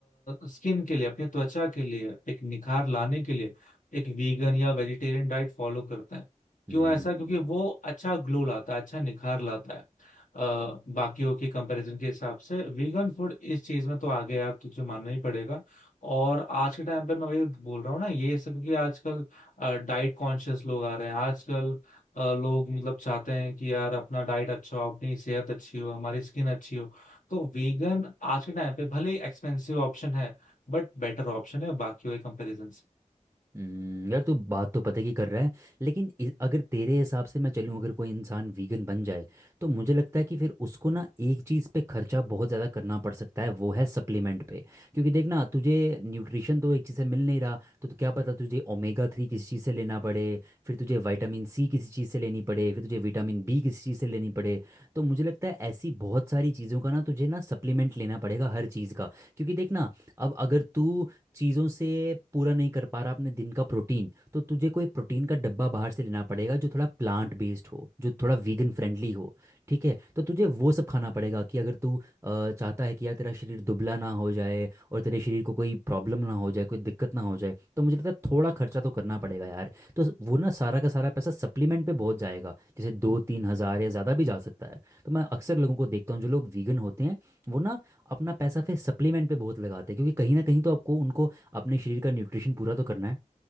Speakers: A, on the left (about 80°); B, on the right (about 20°).
A: स्किन के लिए अपनी त्वचा के लिए एक निखार लाने के लिए एक वीगन या वेजिटेरियन डाइट फॉलो करते हैं
B: हम्म
A: क्यों ऐसा क्योंकि वो अच्छा ग्लो लाता है अच्छा निखार लाता है अ, बाकियों के कंपैरिजन के हिसाब से वीगन फूड इस चीज में तो आगे है, आप तुझे मानना ही पड़ेगा और आज के टाइम पे मैं वही बोल रहा हूँ ना ये सब क्योंकि आजकल डाइट कॉन्शियस लोग आ रहे हैं आजकल अ, लोग मतलब चाहते हैं कि यार अपना डाइट अच्छा हो अपनी सेहत अच्छी हो हमारी स्किन अच्छी हो तो वीगन आज के टाइम पे भले एक्सपेंसिव ऑप्शन है बट बेटर ऑप्शन है बाकी के कंपैरिजन से
B: हम्म, यार तू बात तो पते की कर रहा है लेकिन इ- अगर तेरे हिसाब से मैं चलूँ अगर कोई इंसान वीगन बन जाए तो मुझे लगता है कि फिर उसको ना एक चीज़ पे खर्चा बहुत ज़्यादा करना पड़ सकता है वो है सप्लीमेंट पे क्योंकि देख ना तुझे न्यूट्रिशन तो एक चीज़ से मिल नहीं रहा तो, तो क्या पता तुझे ओमेगा थ्री किसी चीज़ से लेना पड़े फिर तुझे विटामिन सी किसी चीज़ से लेनी पड़े फिर तुझे विटामिन बी किसी चीज़ से लेनी पड़े तो मुझे लगता है ऐसी बहुत सारी चीज़ों का ना तुझे ना सप्लीमेंट लेना पड़ेगा हर चीज़ का क्योंकि देख ना अब अगर तू चीज़ों से पूरा नहीं कर पा रहा अपने दिन का प्रोटीन तो तुझे कोई प्रोटीन का डब्बा बाहर से लेना पड़ेगा जो थोड़ा प्लांट बेस्ड हो जो थोड़ा वीगन फ्रेंडली हो ठीक है तो तुझे वो सब खाना पड़ेगा कि अगर तू अ, चाहता है कि यार तेरा शरीर दुबला ना हो जाए और तेरे शरीर को कोई प्रॉब्लम ना हो जाए कोई दिक्कत ना हो जाए तो मुझे लगता है थोड़ा खर्चा तो करना पड़ेगा यार तो वो ना सारा का सारा पैसा सप्लीमेंट पे बहुत जाएगा जैसे दो तीन हज़ार या ज़्यादा भी जा सकता है तो मैं अक्सर लोगों को देखता हूँ जो लोग वीगन होते हैं वो ना अपना पैसा फिर सप्लीमेंट पे बहुत लगाते हैं क्योंकि कहीं ना कहीं तो आपको उनको अपने शरीर का न्यूट्रिशन पूरा तो करना है